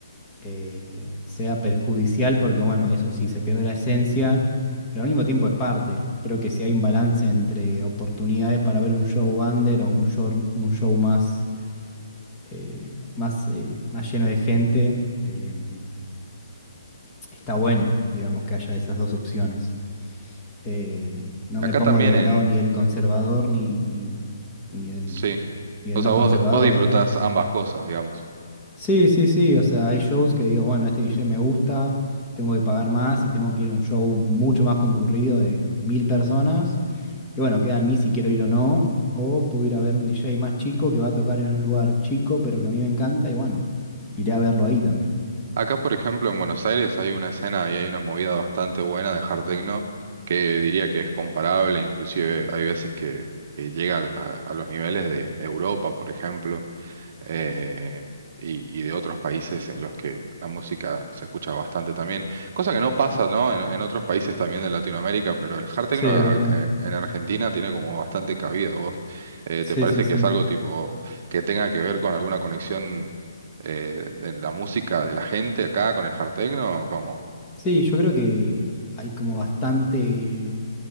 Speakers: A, on the left (about 20°); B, on the right (about 40°).
A: eh, sea perjudicial, porque bueno, eso sí, se pierde la esencia, pero al mismo tiempo es parte. Creo que si hay un balance entre oportunidades para ver un show under o un show, un show más, eh, más, eh, más lleno de gente, em, está bueno, digamos, que haya esas dos opciones. Em, no
B: Acá
A: me pongo
B: también
A: del
B: en...
A: lado ni del conservador ni, ni, ni del,
B: Sí.
A: ni del
B: O sea,
A: no
B: vos,
A: conservador,
B: vos disfrutás
A: digamos.
B: ambas cosas, digamos.
A: Sí, sí, sí, o sea, hay shows que digo, bueno, este DJ me gusta, tengo que pagar más y tengo que ir a un show mucho más concurrido de mil personas. Y bueno, queda en mí si quiero ir o no. O puedo ir a ver un DJ más chico que va a tocar en un lugar chico, pero que a mí me encanta y bueno, iré a verlo ahí también.
B: Acá, por ejemplo, en Buenos Aires hay una escena y hay una movida bastante buena de hard techno que diría que es comparable, inclusive hay veces que, que llega a, a los niveles de Europa, por ejemplo. eh, y, y de otros países en los que la música se escucha bastante también, cosa que no pasa, ¿no? En, en otros países también de Latinoamérica, pero el hard techno
A: Sí, es
B: a-
A: verdad.
B: eh, en Argentina tiene como bastante cabida. ¿Vos eh,
A: Sí,
B: te parece
A: sí, sí.
B: que es algo tipo que tenga que ver con alguna conexión eh, de la música de la gente acá con el hard techno o cómo?
A: Sí, yo creo que hay como bastante,